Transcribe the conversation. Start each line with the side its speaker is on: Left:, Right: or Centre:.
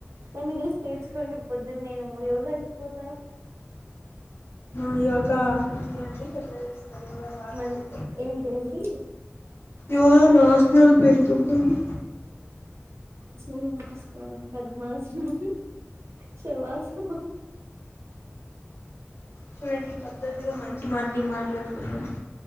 Right: నన్ను చూసి నేర్చుకోండి పొద్దునే యోగాకి పోతా
Left: ఈ యోగా ఎట్లా అండి ఎట్లా చేస్తారు యోగలో ఆసనాలు
Right: మళ్ ఏంటేంటి
Left: ఎవరో నాశ్నల్ <unintelligible>
Right: సూర్య నమస్కారం పద్మాసనం శవాసం అది
Left: చూడండి పద్ధతిగా మంచి మాటలు మాట్లాడుకుందం